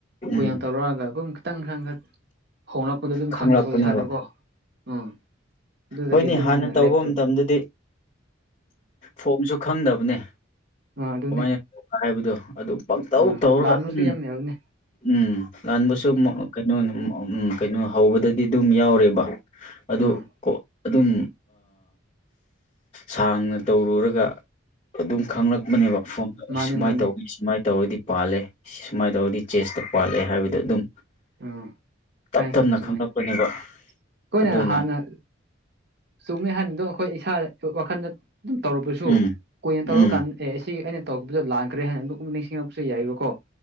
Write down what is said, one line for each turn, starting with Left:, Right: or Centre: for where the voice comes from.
Left: ꯎꯝ
Right: ꯀꯨꯌꯥꯟ ꯇꯧꯔꯛꯑꯒ ꯑꯗꯨꯨꯝ ꯈꯤꯇꯪ ꯪ ꯍꯣꯡꯂꯛꯄꯗꯣ ꯑꯗꯨꯝ
Left: ꯈꯪꯂꯛꯄꯅꯦꯕ
Right: ꯈꯪꯉꯤꯕꯣ ꯏꯁꯥꯗꯀꯣ ꯎꯝ ꯑꯗꯨꯗꯒꯤ
Left: ꯍꯣꯏꯅꯦ
Right: ꯑꯗꯨꯝ
Left: ꯍꯥꯟꯅ
Right: ꯑꯩꯅ
Left: ꯇꯧꯕ
Right: ꯂꯦꯞ
Left: ꯃꯇꯝꯗꯗꯤ ꯐꯣꯝꯁꯨ ꯈꯪꯗꯕꯅꯦ
Right: ꯑꯥ ꯑꯗꯨꯅꯦ
Left: ꯀꯃꯥꯏꯅ ꯇ ꯍꯥꯏꯕꯗꯣ ꯑꯗꯨꯝ ꯄꯪꯇꯧ
Right: ꯑꯥ
Left: ꯇꯧꯔꯒ
Right: ꯂꯥꯟꯕꯁꯨ
Left: ꯑꯗꯨꯝ
Right: ꯌꯥꯝ ꯌꯥꯎꯕꯅꯦ
Left: ꯎꯝ ꯂꯥꯟꯕꯕꯁꯨ ꯀꯩꯅꯣ ꯎꯝ ꯀꯩꯅꯣ ꯍꯧꯕꯗꯗꯤ ꯑꯗꯨꯝ ꯌꯥꯎꯔꯦꯕ ꯑꯗꯣ
Right: ꯑꯥ
Left: ꯀꯣ ꯑꯗꯨꯝ ꯁꯥꯡꯅ ꯇꯧꯔꯨꯔꯒ ꯑꯗꯨꯝ ꯈꯪꯂꯛꯄꯅꯦꯕ ꯐꯣꯟ ꯑꯩ
Right: ꯃꯥꯅꯦ
Left: ꯁꯨꯃꯥꯏꯅ
Right: ꯃꯥꯅꯦ
Left: ꯇꯧꯋꯤ ꯁꯨꯃꯥꯏꯅ ꯇꯧꯔꯗꯤ ꯄꯥꯜꯂꯦ ꯁꯨꯃꯥꯏꯅ ꯇꯧꯔꯗꯤ ꯆꯦꯁꯇ ꯄꯥꯜꯂꯦ ꯍꯥꯏꯕꯗꯣ ꯑꯗꯨꯝ
Right: ꯑꯥ
Left: ꯇꯞ
Right: ꯈꯪꯉꯦ
Left: ꯇꯞꯅ
Right: ꯈꯪꯉꯦ ꯆꯨꯝꯃꯦ
Left: ꯈꯪꯂꯛꯄꯅꯦꯕ
Right: ꯑꯩꯈꯣꯏꯅ
Left: ꯑꯗꯨꯅ
Right: ꯍꯥꯟꯅ ꯆꯨꯝꯃꯦ ꯍꯥꯏꯅꯗꯣ ꯑꯩꯈꯣꯏ ꯏꯁꯥꯗ ꯋꯥꯈꯜꯗ ꯑꯗꯨꯝ ꯇꯧꯔꯨꯕꯁꯨ
Left: ꯎꯝ
Right: ꯀꯨꯏꯅ
Left: ꯎꯝ
Right: ꯇꯧꯔꯀꯥꯟꯗ ꯑꯦ ꯑꯁꯤ ꯑꯩꯅ ꯇꯧꯈꯤꯕꯗꯣ ꯂꯥꯟꯈ꯭ꯔꯦ ꯍꯥꯏꯅ ꯑꯃꯨꯛ ꯅꯤꯡꯁꯤꯡꯂꯛꯄꯁꯨ ꯌꯥꯏꯌꯦꯕꯀꯣ